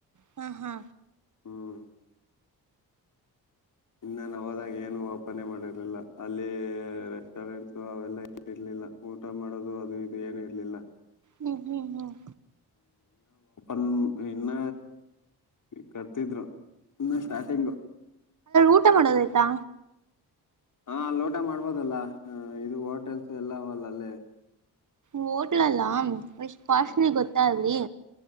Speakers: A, on the right; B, on the left.
A: ಹ್ಮ ಹಾ
B: ಹ್ಮ್ ಇನ್ನ ನಾ ಹೋದಾಗ ಏನು ಓಪನೆ ಮಾಡಿರಲಿಲ್ಲ ಅಲ್ಲಿ ರೆಸ್ಟೋರೆಂಟ್ಸ ಅವೆಲ್ಲಾ ಇಟ್ಟಿರ್ಲಿ ಊಟ ಮಾಡೋದು ಅದು ಇದು ಏನ ಇರ್ಲಿಲ್ಲ
A: ಹ್ಮ್ ಹ್ಮ್ ಹ್ಮ್
B: ನ್ ಇನ್ನ ಕಟ್ತಿದ್ರು ಇನ್ನ ಸ್ಟಾರ್ಟಿಂಗ್
A: ಊಟ ಮಾಡೋದಾಯ್ತಾ
B: ಹಾ ಲೋಟ ಮಾಡ್ಬೋದಲ್ಲ ಹ ಇದು ಹೋಟೆಲ್ಸ್ ಎಲ್ಲವಲ್ಲ ಅಲ್ಲಿೇ
A: ಹೋಟ್ಲಲ್ಲಾ ಎಷ್ಟ್ ಕಾಸ್ಟ್ಲಿ
B: ಹ
A: ಗೊತ್ತ ಅಲಿ